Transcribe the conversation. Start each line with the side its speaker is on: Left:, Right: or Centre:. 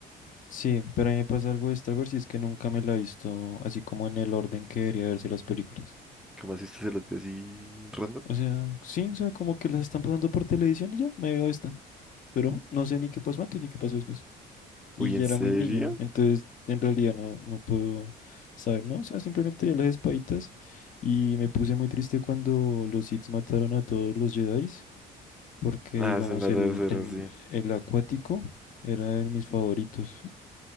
Left: Sí, pero a mí me pasa algo de Star Wars y es que nunca me la he visto así como en el orden que debería verse las películas.
Centre: ¿Cómo así usted se las vio así random?
Left: O sea, sí, o sea, como que las están pasando por televisión y ya me veo esta. Pero no sé ni qué pasó antes ni qué pasó después. Y
Centre: Uy, ¿en
Left: ya
Centre: serio?
Left: era muy niño, entonces en realidad no, no puedo saber, ¿no? O sea, simplemente ya las espaditas y me puse muy triste cuando los Sith mataron a todos los Jedi, porque digamos
Centre: Ah, es en la
Left: el,
Centre: tercera,
Left: el,
Centre: sí.
Left: el acuático era de mis favoritos.